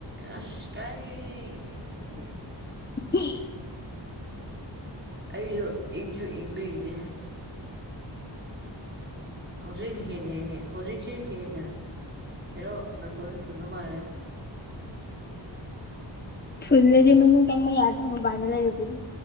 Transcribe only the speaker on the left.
<unintelligible>
ꯐꯨꯜꯂꯗꯤ ꯃꯅꯨꯡ ꯆꯪꯕ ꯌꯥꯗ꯭ꯔꯕ ꯃꯕꯥꯅ ꯂꯩꯔꯨꯕꯗꯤ